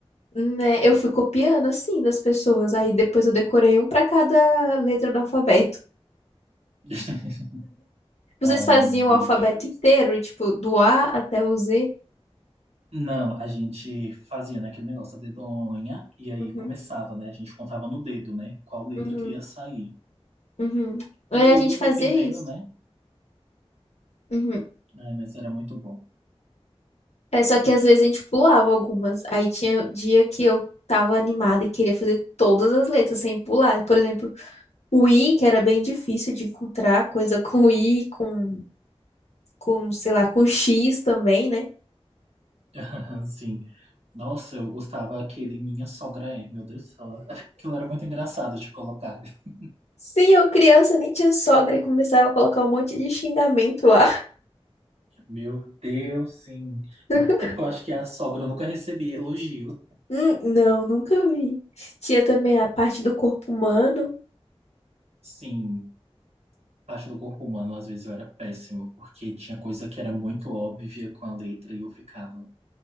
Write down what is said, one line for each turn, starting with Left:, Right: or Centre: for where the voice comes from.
Left: Né? Eu fui copiando, assim, das pessoas. Aí depois eu decorei um pra cada letra do alfabeto.
Right: <laughs>
Left: Vocês
Right: Ai,
Left: faziam
Right: meu
Left: o alfabeto
Right: Deus.
Left: inteiro, tipo, do A até o Z?
Right: Não, a gente fazia, né, aquele negócio da dedonha, e aí
Left: Uhum,
Right: começava, né? A gente contava no dedo, né? Qual letra
Left: uhum,
Right: que ia sair.
Left: uhum. Aí
Right: E
Left: a
Right: aí,
Left: gente
Right: dependendo,
Left: fazia isso.
Right: né?
Left: Uhum.
Right: É, mas era muito bom.
Left: É, só que às vezes a gente pulava algumas. Aí tinha dia que eu tava animada e queria fazer todas as letras sem pular. Por exemplo, o I, que era bem difícil de encontrar, coisa com I, com, com, sei lá, com X também, né?
Right: <laughs> Sim. Nossa, eu gostava aquele Minha Sogra É. Meu Deus do céu. Aquilo era muito engraçado de colocar. <laughs>
Left: Sim, eu criança nem tinha sogra e começava a colocar um monte de xingamento lá.
Right: Meu Deus, sim.
Left: <laughs>
Right: Eu acho que a sogra nunca recebia elogio.
Left: Hum, não, nunca vi. Tinha também a parte do corpo humano.
Right: Sim, parte do corpo humano às vezes eu era péssimo, porque tinha coisa que era muito óbvia com a letra e eu ficava